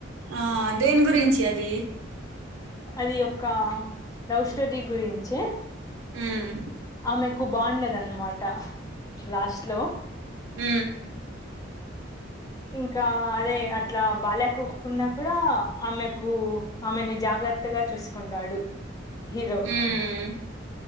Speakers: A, on the right; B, on the left.
A: ఆ దేని గురించి అ దీ
B: అది ఒక్క లవ్స్ స్టొరి గురించే
A: మ్మ్
B: ఆమెకు బాగుండదన్నమాట లాస్ట్ లో
A: మ్
B: ఇంకా అదే అట్లా బాలేకోకున్నా కూడా ఆమెకు ఆమెని జాగ్రత్తగా చూసుకుంటాడు హీరో
A: మ్మ్